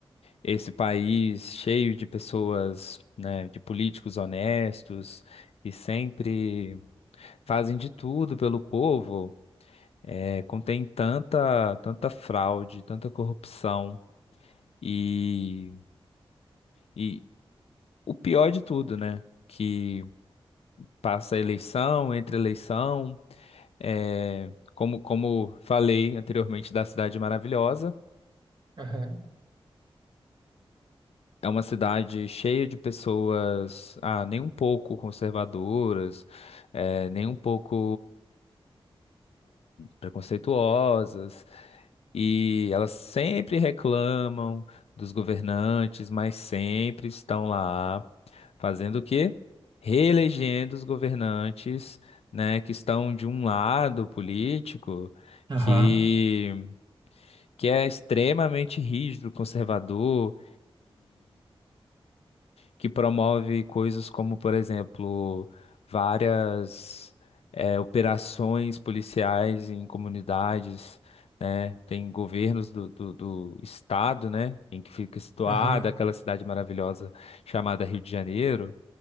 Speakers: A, on the left; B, on the right.
A: esse país cheio de pessoas, né, de políticos honestos, que sempre fazem de tudo pelo povo, é, contém tanta, tanta fraude, tanta corrupção. E, e, o pior de tudo, né? Que passa eleição, entre eleição, é, como, como falei anteriormente da Cidade Maravilhosa,
B: Aham.
A: é uma cidade cheia de pessoas, ah, nem um pouco conservadoras, é, nem um pouco preconceituosas, E elas sempre reclamam dos governantes, mas sempre estão lá fazendo o quê? Reelegendo os governantes, né, que estão de um lado político
B: Aham,
A: que, que é extremamente rígido, conservador que promove coisas como, por exemplo, várias eh, operações policiais em comunidades, né? Tem governos do, do, do estado, né? Em que fica situada
B: aham.
A: aquela cidade maravilhosa chamada Rio de Janeiro.